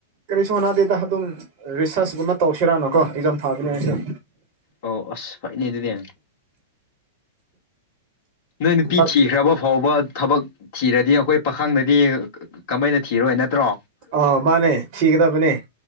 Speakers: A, on the right; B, on the left.
A: ꯀꯔꯤꯁꯨ ꯍꯣꯠꯅꯥꯗꯦꯗ ꯑꯗꯨꯝ ꯔꯤꯁꯔꯁꯀꯨꯝꯕ ꯇꯧꯁꯤꯔꯅꯨꯀꯣ ꯑꯦꯛꯖꯝ ꯊꯥꯕꯤꯅꯤ ꯑꯩꯁꯨ
B: ꯑꯣ ꯑꯁ ꯐꯩꯅꯦ ꯑꯗꯨꯗꯤ ꯅꯣꯏ ꯅꯨꯄꯤ
A: ꯍꯟꯗꯛ
B: ꯊꯤꯈ꯭ꯔꯕ ꯐꯥꯎꯕ ꯊꯕꯛ ꯊꯤꯔꯗꯤ ꯑꯩꯈꯣꯏ ꯄꯥꯈꯪꯗꯗꯤ ꯀꯃꯥꯏꯅ ꯊꯤꯔꯣꯏ ꯅꯠꯇ꯭ꯔꯣ
A: ꯑ ꯃꯥꯅꯦ ꯊꯤꯒꯗꯕꯅꯦ